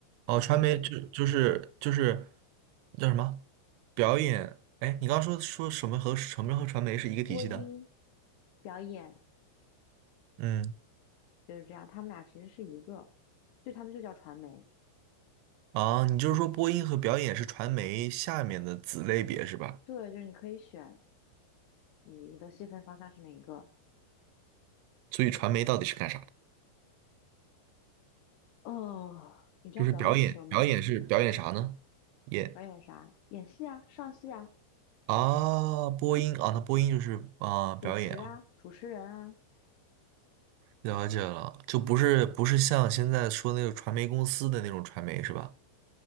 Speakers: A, on the right; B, on the left.
A: 哦，
B: 就三类：
A: 传媒就就是就是叫什么表演？哎，你刚刚说说什么和什么和传媒是一个体系的？
B: 播音、表演。
A: 嗯，
B: 就是这样，他们俩其实是一个，就他们就叫传媒。
A: 啊，你就是说播音和表演是传媒下面的子类别是吧？
B: 对，就是你可以选你的细分方向是哪一个。
A: 所以传媒到底是干啥的？
B: 哦，你知道表演生吧？
A: 就是表演，表演是表演啥呢？演
B: 表演啥？演戏啊，上戏啊，
A: 啊，播音啊，那播音就是啊表演，
B: 主持啊，主持人啊。
A: 了解了，就不是不是像现在说那个传媒公司的那种传媒是吧？